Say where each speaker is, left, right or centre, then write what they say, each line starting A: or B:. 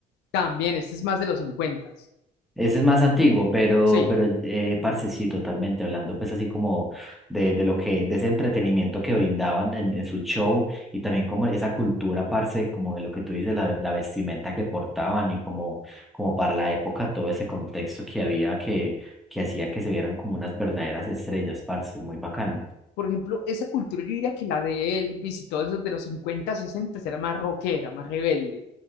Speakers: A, on the left; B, in the centre.
A: También, este es más de los 50.
B: Ese es más antiguo, pero,
A: Sí,
B: pero eh, parce, sí, totalmente hablando, pues así como de, de lo que, de ese entretenimiento que brindaban en, en su show y también como esa cultura, parce, como de lo que tú dices, la, la vestimenta que portaban y como, como para la época todo ese contexto que había que, que hacía que se vieran como unas verdaderas estrellas, parce, muy bacano.
A: por ejemplo, esa cultura yo diría que la de Elvis y todos esos de los 50 60 era más rockera, más rebelde,